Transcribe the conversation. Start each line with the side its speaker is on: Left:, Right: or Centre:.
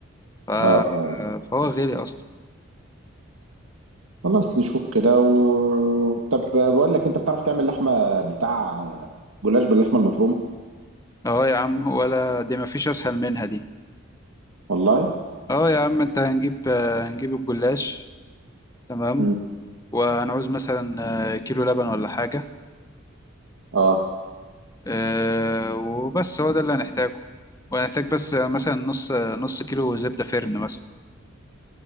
Left: ف...
Right: اه اه
Left: فهو غالي اصلا
Right: خلاص نشوف كده و... طب بقول لك انت بتعرف تعمل لحمه بتاع جلاش باللحمه المفرومه
Left: اه يا عم ولا دي ما فيش اسهل منها دي
Right: والله
Left: اه يا عم انت هنجيب هنجيب الجلاش تمام
Right: امم
Left: وهنعوز مثلا آه، كيلو لبن ولا حاجة
Right: اه
Left: آه، وبس هو ده اللي هنحتاجه وهنحتاج بس مثلا نص نص كيلو زبدة فرن مثلا